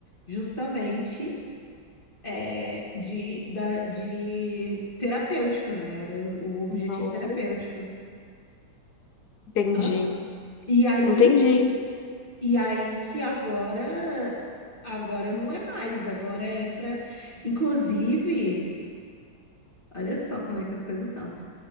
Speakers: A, on the left; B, on the left.
A: justamente é, de, da, de terapêutico, né? Era o objetivo
B: Uhum.
A: terapêutico.
B: Entendi.
A: Hã? E aí
B: Entendi.
A: E aí que agora, agora não é mais, agora é para, inclusive, olha só como é que as coisas são.